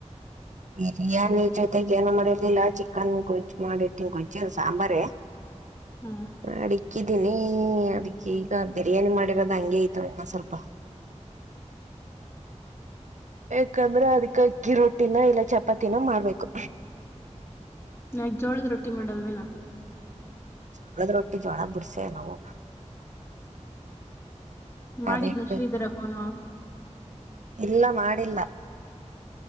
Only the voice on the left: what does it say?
ಹಾಂ
ನಾಕ್ ಜೋಳದ ರೊಟ್ಟಿ ಮಾಡಲ್ವೇನಾ
ಮಾಡಿದ್ನ
ಶ್ರೀಧರಪ ಫೋನು